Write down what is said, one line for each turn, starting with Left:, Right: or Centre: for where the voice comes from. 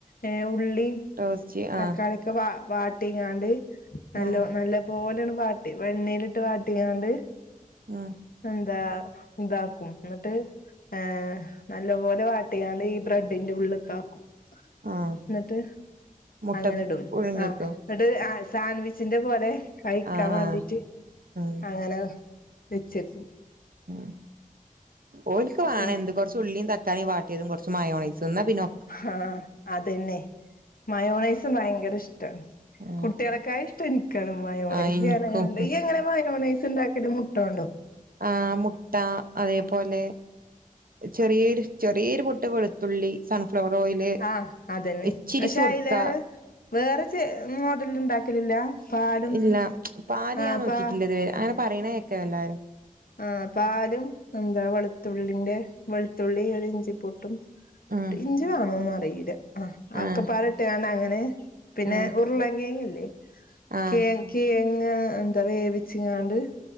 Left: ഏ ഉള്ളി
Right: ടോസ്റ്റ്
Left: തക്കാളിക്കെ
Right: ആഹ്
Left: വാ വാട്ടിങ്ങാണ്ട് നല്ലൊ
Right: ആഹ്
Left: നല്ല പോലാണ് വാട്ടി വെണ്ണേലിട്ട് വാട്ടിങ്ങാണ്ട്
Right: ആഹ്
Left: എന്താ ഇതാക്കും എന്നിട്ട് ഏഹ് നല്ല പോലെ വാട്ടിങ്ങാണ്ട് ബ്രെഡിന്റെ ഉള്ള്ക്കാക്കും
Right: ആഹ്
Left: എന്നിട്ട്
Right: മുട്ട
Left: അങ്ങന്ടും
Right: പുഴുങ്ങിക്കോ
Left: ആഹ് എന്നിട്ട് ആഹ് സാൻ വിച്ചിന്റെ പോലെ കഴിക്കാൻ
Right: ആഹ് ആഹ്
Left: വേണ്ടിട്ട്
Right: ഉം
Left: അങ്ങനെ വെച്ച് <unintelligible>
Right: ഉം ഓല്ക്ക് വേണം
Left: പിന്നെ
Right: എന്ത് കൊറച്ച് ഉള്ളീം തക് ക്കാളി വാട്ടിയതും കൊറച്ച് മായോണൈസും ന്നാ പിന്നോ
Left: ഹാ അതന്നെ മയോണൈസും ഭയങ്കരഷ്ടാണ്
Right: ഉം
Left: കുട്ട്യളക്കായിഷ്ടം എനിക്കാണ്. മയോണൈസ്
Right: ആഹ് ഇൻക്കും
Left: ഞാനങ്ങനെണ്ട് ഈയെങ്ങനെ മയോണൈസ്ണ്ടാക്കിട്ന്ന് ട്ടൊണ്ടോ <unintelligible>
Right: ആഹ് മുട്ട അതേപോലെ ചെറിയേരു ചെറിയേരു മുട്ട വെളുത്ത തുള്ളി സൺഫ്ലവറോയില്
Left: ആഹ് അതന്നെ
Right: ഇച്ചിരി
Left: പക്ഷെ
Right: സുർക്ക
Left: അയിലേറെ വേറെ ച മോഡല ഉണ്ടാക്കലില്ല പാലും
Right: ഇല്ല പാല്
Left: ആഹ്
Right: ഞാൻ നോക്കിട്ടില്ല
Left: പാ
Right: ഇതുവര് അങ്ങനെ പറയണേക്കല്ലാവരും
Left: ആഹ പാലും എന്താ വെളുത്തുള്ളിന്റെ വെളുത്തുള്ളി ഒരു ഇഞ്ചി പൊട്ടും
Right: ഉം
Left: ഇഞ്ചിവേണോന്ന് അറിയില്ല ആ ആക്കപ്പാാട
Right: ആഹ്
Left: ഇട്ട് കാണ്ട അങ്ങനെ പിന്നെ
Right: ആഹ്
Left: ഉരുള കേങ്ങല്ലേ
Right: ആഹ്
Left: ക കിഴങ്ങ് എന്താ വേവിിച്ചങ്ങാണ്ട്